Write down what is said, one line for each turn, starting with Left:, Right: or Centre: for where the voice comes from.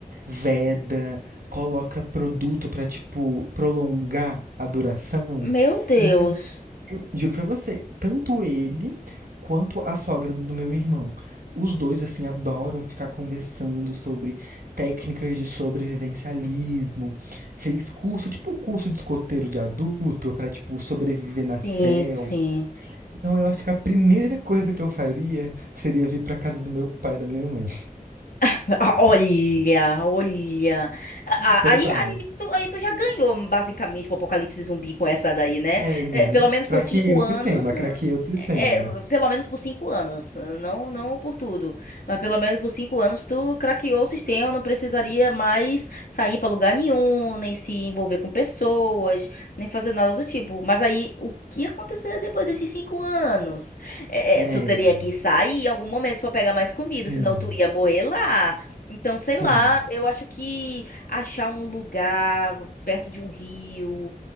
Right: veda, coloca produto para tipo prolongar a duração.
Left: Meu Deus.
Right: Então, eu juro pra você, tanto ele quanto a sogra do meu irmão. Os dois, assim, adoram ficar conversando sobre técnicas de sobrevivencialismo. Fez curso, tipo curso de escoteiro de adulto, pra, tipo, sobreviver na
Left: Sim,
Right: selva.
Left: sim.
Right: Então, eu acho que a primeira coisa que eu faria seria vir pra casa do meu pai e da minha mãe.
Left: <laughs>
Right: <laughs>
Left: Ah, Olha, olha. Ah,
Right: Total.
Left: Aí, aí, tu, aí tu já ganhou, basicamente, o Apocalipse Zumbi com essa daí, né?
Right: É, né?
Left: É, pelo menos
Right: Craqueei
Left: por cinco
Right: o
Left: anos.
Right: sistema, craqueei o sistema.
Left: É, é, pelo menos por cinco anos. Não, não por tudo. Mas pelo menos por cinco anos tu craqueou o sistema. Não precisaria mais sair pra lugar nenhum, nem se envolver com pessoas, nem fazer nada do tipo. Mas aí, o que aconteceria depois desses cinco anos? É,
Right: É,
Left: é, tu teria que sair em algum momento pra pegar mais comida,
Right: sim,
Left: senão tu ia morrer lá. Então, sei
Right: sim.
Left: lá, eu acho que achar um lugar perto de um rio,